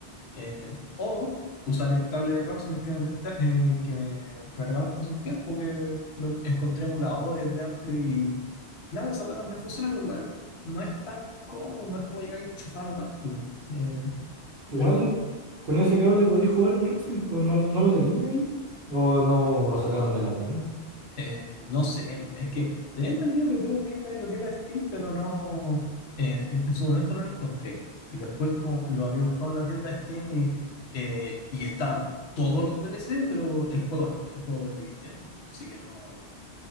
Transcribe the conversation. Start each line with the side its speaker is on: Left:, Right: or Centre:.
Left: eh, o usar el cable de Rocksmith que me, presta- eh, que me, que me regalaste hace un tiempo, que lo encontré emuladores de Ampli y claro, esa weá también funciona, pero igual no es tan cómodo, no es como llegar a enchufar un Ampli. eh,
Right: Igual
Left: Sí, pero
Right: con ese cable podéis jugar el Rocksmith, pues no, lo- no lo tenía ahí. O no lo sacaron de la tienda.
Left: Eh, no sé, es que tenía entendido que tú lo tenías en la biblioteca de Steam, pero no, eh, en, en su momento no lo encontré. Y después como lo había buscado en la tienda de Steam y, eh, y estaban todos los DLC, pero el juego no, el juego lo deletearon Así que no,